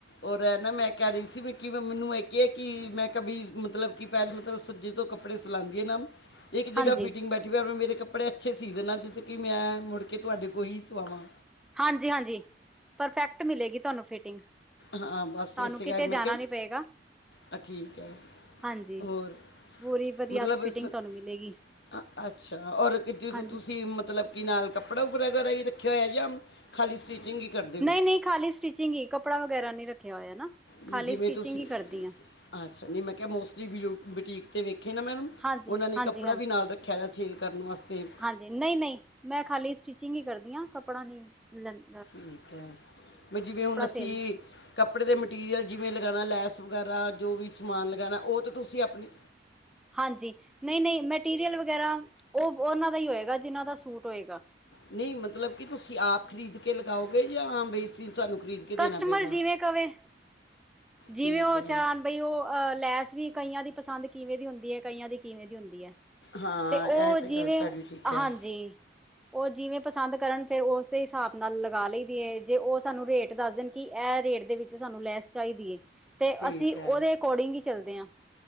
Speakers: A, on the left; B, in the centre.
A: ਔਰ ਇਹ ਨਾ ਮੈਂ ਕਹਿ ਰਹੀ ਸੀ ਵੀ ਕਿ ਮੈਨੂੰ ਇਹ ਹੈ ਕਿ ਮੈਂ ਕਭੀ ਮਤਲਬ ਕਿ ਪਹਿਲ ਮਤਲਬ ਸੱਜੇ ਤੋਂ ਕੱਪੜੇ ਸਿਲਾਦੀ ਏ ਨਾ ਇੱਕ ਜਗ੍ਹਾ
B: ਹਾਂਜੀ
A: ਫਿਟਿੰਗ ਬੈਠੀੈਂ ਮੇਰੇ ਕੱਪੜੇ ਅੱਛੇ ਸੀ ਦੇਣਾ ਜਿੱਦੋਂ ਕਿ ਮੈਂ ਮੁੜ ਕੇ ਤੁਹਾਡੇ ਕੋ ਹੀ ਸਵਾਵਾਂ।
B: ਹਾਂਜੀ-ਹਾਂਜੀ ਪਰਫੈਕਟ ਮਿਲੇਗੀ ਤੁਹਾਨੂੰ ਫਿਟਿੰਗ।
A: ਹਾਂ ਬਸ
B: ਤਾਨੂੰ
A: ਇਸੇ
B: ਕਿਤੇ
A: ਕਰਕੇ ਮੈਂ
B: ਜਾਣਾ
A: ਕਿਹਾ
B: ਨੀ ਪਏਗਾ।
A: ਆ ਠੀਕ ਹੈ।
B: ਹਾਂਜੀ।
A: ਹੋਰ
B: ਪੂਰੀ ਵਧੀਆ
A: ਮਤਲਬ
B: ਫਿਟਿੰਗ
A: ਚ ਅ
B: ਤੁਹਾਨੂੰ ਮਿਲੇਗੀ
A: ਅ ਅੱਛਾ ਔਰ ਇੱਕ ਜਦੋਂ
B: ਹਾਂਜੀ
A: ਤੁਸੀਂ ਮਤਲਬ ਕਿ ਨਾਲ ਕੱਪੜਾ ਉੱਪੜਾ ਵਗੈਰਾ ਵੀ ਰੱਖਿਆ ਹੋਇਆ ਜਾ ਖਾਲੀ ਸਟੀਚਿੰਗ ਹੀ। ਕਰਦੇ ਹੋ
B: ਨਹੀਂ-ਨਹੀਂ ਖਾਲੀ ਸਟਿਚਿੰਗ ਹੀ, ਕੱਪੜਾ ਵਗੈਰਾ ਨੀ ਰੱਖਿਆ ਹੋਇਆ ਨਾ,
A: ਨਹੀਂ
B: ਖਾਲੀ
A: ਜਿਵੇਂ
B: ਸਟਿਚਿੰਗ
A: ਤੁਸੀਂ
B: ਹੀ ਕਰਦੀ ਆ।
A: ਅੱਛਾ ਨਹੀਂ ਮੈਂ ਕਿਹਾ ਮੋਸਟਲੀ ਬਿਊ ਬੁਟੀਕ 'ਤੇ ਵੇਖੇ ਨਾ ਮੈ
B: ਹਾਂਜੀ
A: ਉਹਨਾਂ ਨੇ
B: ਹਾਂਜੀ
A: ਕੱਪੜਾ
B: ਹਾਂਜੀ
A: ਵੀ ਨਾਲ ਰੱਖ- ਖਿਆ ਸੇਲ ਕਰਨ ਵਸਤੇ।
B: ਹਾਂਜੀ ਨਹੀਂ- ਨਹੀਂ ਮੈਂ ਖਾਲੀ ਸਟਿਚਿੰਗ ਹੀ ਕਰਦੀ ਆ। ਕੱਪੜਾ ਨੀ ਲੈ ਦੀ
A: ਠੀਕ ਹੈ। ਵੀ ਜਿਵੇਂ ਹੁਣ ਅਸੀਂ
B: ਸੇਲ
A: ਕੱਪੜੇ ਦੇ ਮਟੀਰੀਅਲ ਜਿਵੇਂ ਲਗਾਣਾ ਲੈਸ ਵਗੈਰਾ ਜੋ ਵੀ ਸਮਾਨ ਲਗਾਣਾ ਉਹ ਤੇ ਤੁਸੀਂ ਅਪਣੀ
B: ਹਾਂਜੀ। ਨਹੀਂ-ਨਹੀਂ ਮੈਟੀਰੀਅਲ ਵਗੈਰਾ ਉਹ ਉਹਨਾਂ ਦਾ ਹੀ ਹੋਏਗਾ ਜਿਹਨਾਂ ਦਾ ਸੂਟ ਹੋਏਗਾ।
A: ਨਹੀਂ ਮਤਲਬ ਕਿ ਤੁਸੀਂ ਆਪ ਖਰੀਦ ਕੇ ਲਗਾਓਗੇ ਯਾਂ ਬਈ ਸਾਨੂੰ ਖਰੀਦ ਕੇ ਦੇਣਾ
B: ਕਸਟਮਰ
A: ਪਏਗਾ।
B: ਜਿਵੇਂ ਕਵੇ ਜਿਵੇਂ
A: ਠੀਕ
B: ਉਹ
A: ਹੈ
B: ਚਾਣ ਬਈ ਉਹ ਅਹ ਲੈਸ ਵੀ ਕਈਆਂ ਦੀ ਪਸੰਦ ਕਿਵੇਂ ਦੀ ਹੁੰਦੀ ਏ। ਕਈਆਂ ਦੀ ਕਿਵੇਂ ਦੀ ਹੁੰਦੀ ਏ।
A: ਹਾਂ
B: ਤੇ
A: ਇਹ
B: ਉਹ
A: ਤੇ
B: ਜਿਵੇਂ
A: ਗੱਲ ਤੁਹਾਡੀ ਠੀਕ ਹੈ
B: ਹਾਂਜੀ। ਉਹ ਜਿਵੇਂ ਪਸੰਦ ਕਰਨ ਫੇਰ ਉਸੇ ਹਿਸਾਬ ਨਾਲ ਲਗਾ ਲਈ ਦੀਏ ਜੇ ਉਹ ਸਾਨੂੰ ਰੇਟ ਦੱਸ ਦੇਣ ਕਿ ਇਹ ਰੇਟ ਦੇ ਵਿੱਚ ਸਾਨੂੰ ਲੈਸ ਚਾਹੀਦੀ ਏ ਤੇ
A: ਠੀਕ
B: ਅਸੀਂ ਉਹਦੇ
A: ਹੈ
B: ਅਕੋਰਡਿੰਗ ਹੀ ਚੱਲਦੇ ਹਾਂ।